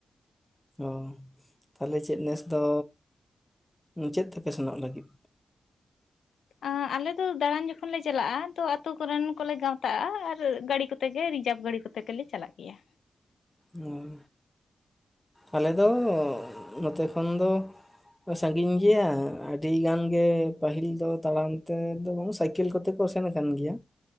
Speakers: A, in the centre; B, on the left.
A: ᱚ ᱛᱟᱦᱚᱞᱮ ᱪᱮᱫ ᱱᱮᱥ ᱫᱚ, ᱪᱮᱫ ᱛᱮᱯᱮ ᱥᱮᱱᱚᱜ ᱞᱟᱹᱜᱤᱫ?
B: ᱟᱸ ᱟᱞᱮ ᱫᱚ ᱫᱟᱬᱟᱱ ᱡᱚᱠᱷᱚᱱ ᱞᱮ ᱪᱟᱞᱟᱜᱼᱟ, ᱛᱚ ᱟᱛᱳ ᱠᱚᱨᱮᱱ ᱠᱚᱞᱮ ᱜᱟᱶᱛᱼᱟ, ᱟᱨ ᱜᱟᱹᱰᱤ ᱠᱚᱛᱮ ᱛᱮᱜᱮ ᱨᱤᱡᱟᱵᱷ ᱜᱟᱹᱲᱤ ᱠᱚᱛᱮ ᱜᱮᱞᱮ ᱪᱟᱞᱟᱜ ᱜᱮᱭᱟ᱾
A: ᱩᱢ, ᱟᱞᱮ ᱫᱚ ᱱᱚᱛᱮ ᱠᱷᱚᱱ ᱫᱚ ᱥᱟᱺᱜᱤᱧ ᱜᱮᱭᱟ᱾ ᱟᱹᱰᱤ ᱜᱟᱱ ᱜᱮ ᱯᱟᱹᱦᱤᱞ ᱫᱚ ᱛᱟᱲᱟᱢ ᱛᱮᱫᱚ, ᱵᱟᱝ ᱥᱟᱭᱠᱮᱞ ᱠᱚᱛᱮ ᱛᱮᱠᱚ ᱥᱮᱱ ᱟᱠᱟᱱ ᱜᱮᱭᱟ᱾